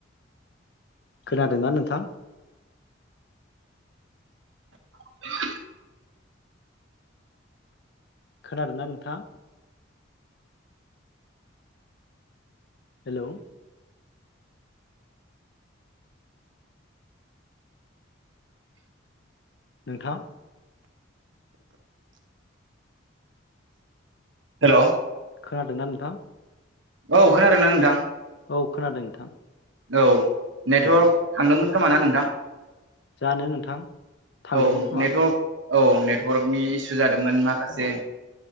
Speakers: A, on the left; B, on the right.
A: खोनादोंना नोंथां?
B: <inaudible>
A: खोनादों ना नोंथां? हेलौ नोंथां
B: हेलौ
A: खोनादोंना नोंथां?
B: औ खोनादों ना नोंथां?
A: औ खोनादों नोंथां।
B: औ नेटवर्क
A: औ
B: थांदोंमोन खोमाना नोंथां?
A: जानो नोंथां थांदोंमोन
B: औ
A: खोमा
B: नेटवर्क औ नेटवार्कनि इसु जादों मोन माखासे
A: औ